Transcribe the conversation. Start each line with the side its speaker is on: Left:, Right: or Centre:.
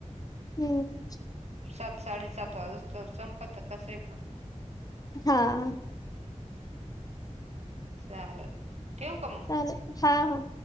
Left: हम्म.
Right: सात साडे सात वाजे तर संपत कसय पण.
Left: हा.
Right: चाले ठेव का मग.
Left: हा हा.